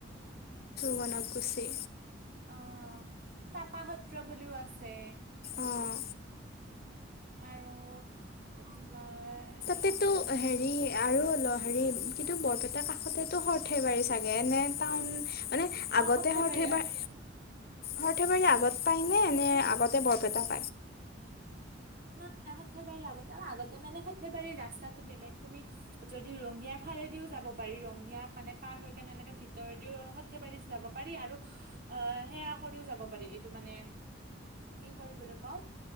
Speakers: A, on the left; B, on the right.
A: গনক খুচি
B: অ তাপা সত্ৰ বুলিও আছে।
A: অ'।
B: আৰু তোমাৰ
A: কিন্তু
B: আছে
A: হেৰি আৰু অলপ কিন্তু বৰপেটাৰ কাষতেতো সৰ্থেবাৰী চাগে, নে টাউন মানে
B: অ
A: আগতে সৰ্থেবাৰী,
B: অ
A: সৰ্থেবাৰী আগত পায় নে?
B: সৰ্থে
A: নে আগতে বৰপেটাত
B: নাই নাই সৰ্থেবাৰীৰ আগতে। আগতে মানে সৰ্থেবাৰীৰ ৰাস্তাটো বেলেগ। তুমি যদি ৰঙিয়াৰ ফাৰেদিও যাব পাৰি। ৰঙিয়া মানে পাৰ হৈ কেনে এনেকে ভিতৰেদিও সৰ্থেবাৰীত যাব পাৰি। আৰু অ সেয়া কৰিও যাব পাৰি এইটো মানে কি বুলি কওঁ